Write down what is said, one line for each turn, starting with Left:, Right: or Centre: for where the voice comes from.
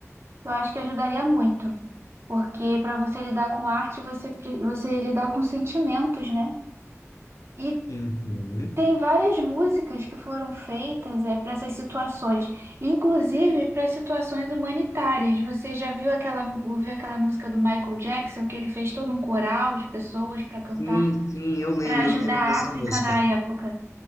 Right: Eu acho que ajudaria muito, porque para você lidar com arte, você, pre- você lidar com sentimentos, né? E
Left: Uhum.
Right: Tem várias músicas que foram feitas é, para essas situações, inclusive para situações humanitárias. Você já viu aquela, ouviu aquela música do Michael Jackson, que ele fez todo um coral de pessoas para cantar,
Left: Sim, sim, eu lembro,
Right: para ajudar
Left: eu lembro
Right: a
Left: dessa
Right: África
Left: música.
Right: na época?